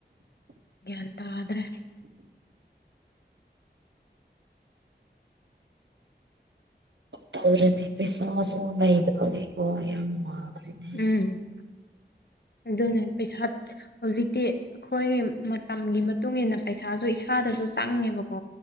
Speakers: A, on the left; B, on the right.
A: ꯒꯌꯥꯟ ꯇꯥꯗ꯭ꯔꯦ
B: ꯊꯣꯏꯔꯗꯤ ꯄꯩꯁꯥꯁꯨ ꯃꯨꯛ ꯂꯩꯇꯕꯒꯤꯀꯣ ꯌꯥꯝ ꯋꯥꯕꯅꯤ
A: ꯎꯝ ꯑꯗꯨꯅꯦ ꯄꯩꯁꯥ ꯍꯧꯖꯤꯛꯇꯤ ꯑꯈꯣꯏꯒꯤ ꯃꯇꯝꯒꯤ ꯃꯇꯨꯡꯏꯟꯅ ꯄꯩꯁꯥꯁꯨ ꯏꯁꯥꯗꯁꯨ ꯆꯪꯉꯦꯕꯀꯣ